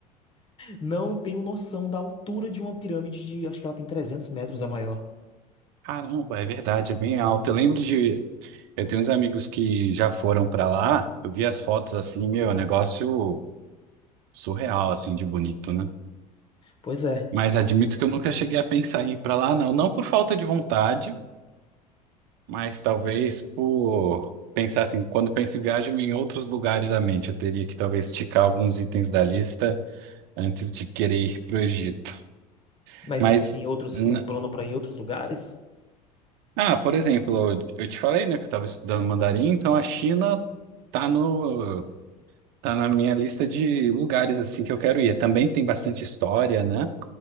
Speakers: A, on the left (about 25°); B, on the right (about 55°).
A: não tenho noção da altura de uma pirâmide de, acho que ela tem 300 metros a maior.
B: Caramba, é verdade, é bem alto. Eu lembro de Eu tenho uns amigos que já foram pra lá, eu vi as fotos assim, meu, é um negócio surreal, assim, de bonito, né?
A: Pois é,
B: Mas admito que eu nunca cheguei a pensar em ir pra lá, não. Não por falta de vontade, mas talvez por pensar assim, quando penso em viagem em outros lugares à mente, eu teria que talvez ticar alguns itens da lista antes de querer ir pro Egito.
A: mas
B: Mas,
A: você tem outros,
B: n-
A: um plano para ir em outros lugares?
B: ah, por exemplo, eu te falei, né, que eu estava estudando mandarim, então a China tá no Tá na minha lista de lugares assim que eu quero ir. Também tem bastante história, né?